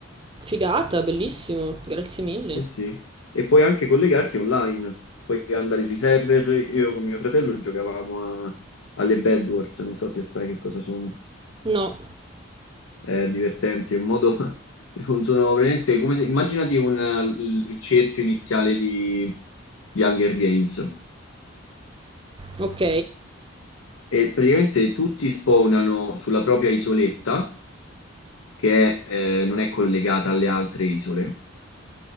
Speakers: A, on the right (about 25°); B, on the left (about 80°).
A: Figata, bellissimo. Grazie mille.
B: Sì, sì. E puoi anche collegarti online, puoi andare sui server. Io con mio fratello giocavamo a- alle Bed Wars, non so se sai che cosa sono.
A: No.
B: È divertente, è un modo... <laughs> non Sono veramente come se... Immaginati un, il, il cerchio iniziale di, di Hunger Games.
A: Ok.
B: E praticamente tutti spawnano sulla propria isoletta, che è, eh, non è collegata alle altre isole.